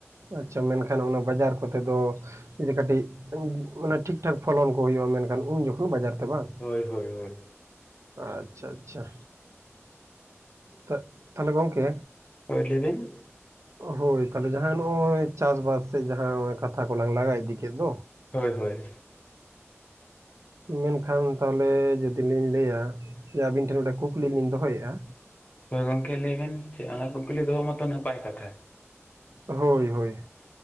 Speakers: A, on the right; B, on the left.
A: ᱟᱪᱪᱷᱟ ᱢᱮᱱᱠᱷᱟᱱ, ᱚᱱᱟ ᱵᱟᱡᱟᱨ ᱠᱚᱛᱮ ᱫᱚ᱾ ᱡ ᱠᱟᱹᱴᱤᱡ ᱢᱟᱱᱮ ᱴᱷᱤᱠ ᱴᱷᱟᱠ ᱯᱷᱚᱞᱚᱱ ᱠᱚ ᱦᱩᱭᱩᱜ-ᱟ ᱢᱮᱱᱠᱷᱟᱱ ᱩᱱ ᱡᱚᱠᱷᱚᱱ ᱵᱟᱡᱟᱨ ᱛᱮ ᱵᱟᱝ
B: ᱦᱳᱭ ᱦᱳᱭ ᱦᱳᱭ
A: ᱟᱪᱪᱷᱟ ᱟᱪᱪᱷᱟ, ᱛᱟᱦᱚᱞᱮ ᱜᱚᱝᱠᱮ,
B: ᱦᱳᱭ ᱞᱟᱹᱭᱵᱤᱱ
A: ᱦᱳᱭ ᱛᱟᱦᱚᱞᱮ ᱡᱟᱦᱟᱸ ᱱᱚᱜ-ᱚᱭ ᱪᱟᱥᱵᱟᱥ ᱥᱮ ᱡᱟᱦᱟᱸ ᱠᱟᱛᱷᱟ ᱠᱚᱞᱟᱝ ᱞᱟᱜᱟ ᱤᱫᱤ ᱠᱮᱫ ᱫᱚ
B: ᱦᱳᱭ ᱦᱳᱭ
A: ᱢᱮᱱᱠᱷᱟᱱ ᱛᱟᱦᱚᱞᱮ ᱡᱚᱫᱤ ᱞᱤᱧ ᱞᱟᱹᱭᱟ ᱡᱮ ᱟᱹᱵᱤᱱ ᱴᱷᱮᱱ ᱢᱤᱫᱴᱮᱱ ᱠᱩᱠᱞᱤ ᱞᱤᱧ ᱫᱚᱦᱚᱭᱮᱫ-ᱟ?
B: ᱦᱳᱭ ᱜᱚᱝᱠᱮ ᱞᱟᱹᱭᱵᱮᱱ ᱪᱮᱫ ᱚᱱᱟ ᱠᱩᱠᱞᱤ ᱫᱚᱦᱚ ᱢᱟᱛᱚ ᱱᱟᱯᱟᱭ ᱠᱟᱛᱷᱟ
A: ᱦᱳᱭ ᱦᱳᱭ